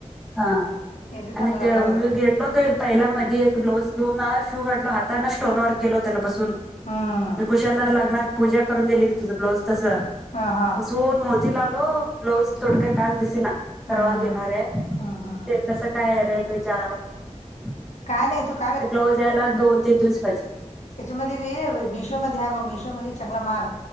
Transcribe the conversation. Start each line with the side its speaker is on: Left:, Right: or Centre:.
Centre: हा
Left: येते त्यांना
Centre: आणि ते
Left: करायला
Centre: मी घेेतल ते पहिला मधी एक ब्लाऊज लुना शिऊ घातला हाताने स्टोन वर्क केल त्यान बसून.
Left: हम्म.
Centre: ''कुशाला लग्नात पूजा करून दिली की, तुझं ब्लाउज तसं, ''
Left: हा हा.
Centre: ''दोन मोती लावलो, ब्लाऊज थोडक्या कास दिसना
Left: हम्म
Centre: कवायला देणार आहे. ''
Left: हम्म हम्म हम्म
Centre: ''कसं काय आहे, रेट विचारा मग ते ब्लाऊज
Left: काय नाही तू काय
Centre: ते ब्लाउज यायला दोन-तीन दिवस पाहिजे. ''
Left: ''त्याच्यामध्ये वे मिशोमध्ये हाय, बघ मिशोमध्ये चांगला मार-''